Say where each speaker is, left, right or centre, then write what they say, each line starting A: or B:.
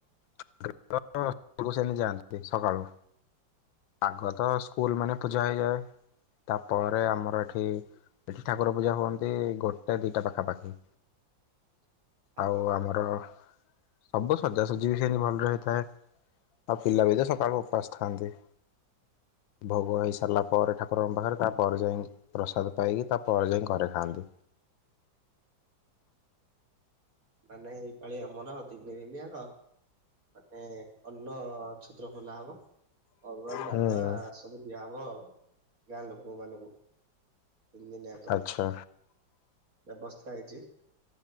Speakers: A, on the left; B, on the right.
A: ସେମିତି ଯାଆନ୍ତି ସକାଳୁ। ଆଗ ତ ସ୍କୁଲ ମାନେ ପୂଜା ହେଇଯାଏ। ତାପରେ ଆମର ଏଠି ଏଠି ଠାକୁର ପୂଜା ହୁଅନ୍ତି ଗୋଟେ ଦିଟା ପାଖାପାଖି। ଆଉ
B: ଅହ
A: ଆମର ସବୁ ସଜାସଜି ବି ସେ ଭଲରେ ହେଇଥାଏ। ଆଉ ପିଲା ବି ତ ସକାଳୁ ଉପାସ ଥାନ୍ତି ଭୋଗ ହେଇସାରିଲା ପରେ ଠାକୁରଙ୍କ ପାଖରେ ତାପରେ ଯାଇଁ ପ୍ରସାଦ ପାଇକି ତାପରେ ଯାଇ ଘରେ ଖାଆନ୍ତି।
B: ମାନେ ଏଇପାଳି ଆମର ଅଧିକ ହେଇନି ଆଗ। ମାନେ ଅନ୍ନ ଛତ୍ର ଖୋଲା ହବ। ଅରୁଆ
A: ହୁଁ
B: ଡାଲମା ସବୁ ଦିଆହବ ଗାଁ ଲୋକ ମାନଙ୍କୁ। ତିନି ଦିନିଆକ
A: ଆଚ୍ଛା
B: ବ୍ୟବସ୍ଥା ହେଇଚି।